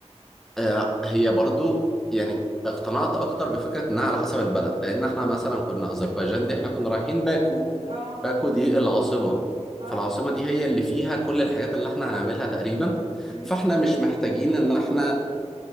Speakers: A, in the centre; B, on the right.
A: آه، هي برضه يعني اقتنعت أكتر بفكرة إنها على حسب البلد لأن إحنا مثلا كنا أذربيجان دي إحنا كنا رايحين باكو
B: اه
A: باكو دي العاصمة
B: اه
A: فالعاصمة دي هي اللي فيها كل الحاجات اللي إحنا هنعملها تقريبا
B: امم
A: فاحنا مش محتاجين ان احنا